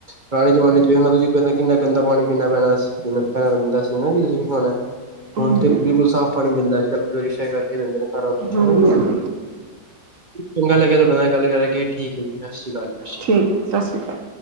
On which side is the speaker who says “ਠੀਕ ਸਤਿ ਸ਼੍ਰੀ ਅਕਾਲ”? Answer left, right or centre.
Right